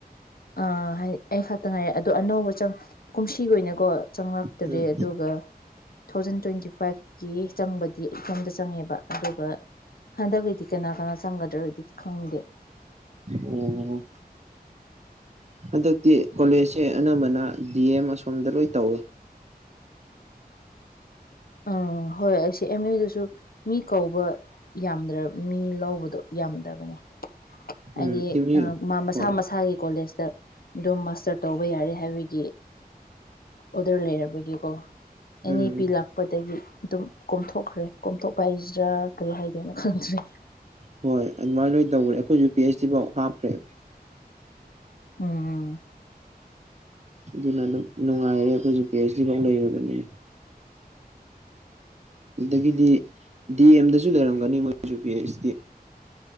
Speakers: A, on the left (about 65°); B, on the right (about 45°).
A: ꯑ ꯍꯥꯏꯗꯤ ꯑꯩ ꯈꯛꯇ ꯉꯥꯏꯔꯑꯦ ꯑꯗꯣ ꯑꯅꯧꯕ ꯆꯪ ꯀꯨꯝꯁꯤꯒꯤ ꯑꯣꯏꯅꯀꯣ ꯆꯪꯂꯛꯇꯔꯦ
B: ꯎꯝ
A: ꯑꯗꯨꯒ ꯇꯨ ꯊꯥꯎꯖꯟ ꯇ꯭ꯋꯦꯟꯇꯤ ꯐꯥꯏꯚ ꯀ ꯆꯪꯕꯗꯤ ꯏꯇꯣꯝꯇ ꯆꯪꯉꯦꯕ ꯑꯗꯨꯒ ꯍꯟꯗꯛꯀꯤꯗꯤ ꯀꯅꯥ ꯀꯅꯥ ꯆꯪꯒꯗ꯭ꯔꯗꯤꯗꯤ ꯈꯪꯗꯦ
B: ꯑꯣ ꯍꯟꯗꯛꯇꯤ ꯀꯣꯂꯦꯖꯁꯦ ꯑꯅꯝꯕꯅ ꯗꯤ ꯑꯦꯝ ꯑꯁꯣꯝꯗ ꯂꯣꯏ ꯇꯧꯏ
A: <inaudible> ꯎꯝ ꯍꯣꯏ ꯑꯁꯤ ꯑꯦꯝ ꯌꯨꯗꯁꯨ ꯃꯤ ꯀꯧꯕ ꯌꯥꯝꯗ꯭ꯔ ꯃꯤ ꯂꯧꯕꯗꯣ ꯌꯥꯝꯗꯕꯅꯦ ꯍꯥꯏꯗꯤ
B: ꯎꯝ ꯑꯦꯝ
A: ꯑ
B: ꯌꯨ
A: ꯃꯁꯥ
B: ꯍꯣꯏ
A: ꯃꯁꯥꯒꯤ ꯀꯣꯂꯦꯖꯇ ꯑꯗꯨꯝ ꯃꯁꯇꯔ ꯇꯧꯕ ꯌꯥꯔꯦ ꯍꯥꯏꯕꯒꯤ ꯑꯣꯗꯔ ꯂꯩꯔꯕꯒꯤꯀꯣ ꯑꯦꯅꯤ
B: ꯎꯝ
A: ꯄꯤ ꯂꯥꯛꯄꯗꯒꯤ ꯑꯗꯨꯝ ꯀꯣꯝꯊꯣꯛꯈ꯭ꯔꯦ ꯀꯣꯝꯊꯣꯛꯄ ꯍꯥꯏꯁꯤ ꯀꯔꯤ ꯍꯥꯏꯗꯣꯏꯅꯣ ꯈꯪꯗ꯭ꯔꯦ
B: ꯍꯣꯏ ꯑꯗꯨꯃꯥꯏꯅ ꯂꯣꯏꯅ ꯇꯧꯕꯅꯤ ꯑꯩꯈꯣꯏꯁꯨ ꯄꯤ ꯑꯩꯆ ꯗꯤꯐꯥꯎ ꯍꯥꯞꯈ꯭ꯔꯦ
A: ꯎꯝ
B: ꯑꯗꯨꯅ ꯑꯗꯨꯝ ꯅꯨꯡꯉꯥꯏꯔꯦ ꯑꯩꯈꯣꯏꯁꯨ ꯄꯤ ꯑꯩꯆ ꯗꯤ ꯐꯥꯎ ꯂꯩꯔꯕꯅꯤ ꯑꯗꯨꯗꯒꯤꯗꯤ ꯗꯤ ꯑꯦꯝꯗꯁꯨ ꯂꯩꯔꯝꯒꯅꯤ ꯃꯣꯏꯁꯨ ꯄꯤ ꯑꯩꯆ ꯗꯤ